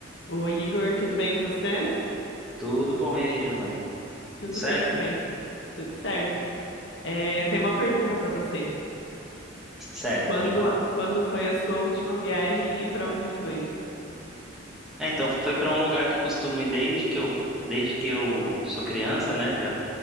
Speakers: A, on the left; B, in the centre.
A: Oi, Igor, tudo bem com você?
B: Tudo bom, e aí, Giovana?
A: Tudo
B: Tudo certo?
A: bem também, tudo certo. É, eu tenho uma pergunta para você.
B: Certo,
A: Quando,
B: pode falar.
A: quando foi a sua última viagem e para onde foi?
B: É, então, foi para um lugar que eu costumo ir desde que eu, desde que eu sou criança, né? Já,